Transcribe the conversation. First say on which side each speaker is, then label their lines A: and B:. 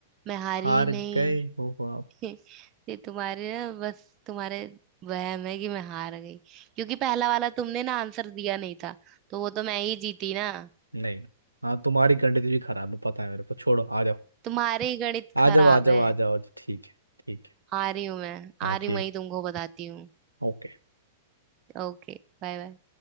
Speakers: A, on the right (about 30°); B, on the right (about 85°).
A: मैं हारी
B: हार
A: ही नहीं
B: गए हो आप
A: <laughs> ये तुम्हारे ना बस तुम्हारे वहम है कि मैं हार गई क्योंकि पहला वाला तुमने ना आंसर दिया नहीं था तो वो तो मैं ही जीती ना
B: नहीं हाँ तुम्हारी गणित भी खराब है पता है मेरे को छोड़ो आ जाओ
A: तुम्हारे ही गणित खराब
B: आ जाओ आ जाओ
A: है
B: आ जाओ ठीक है ठीक है
A: आ रही हूँ मैं
B: हाँ
A: आ रही
B: ठीक
A: हूँ वही तुमको बताती हूँ
B: ओके
A: ओके Bye bye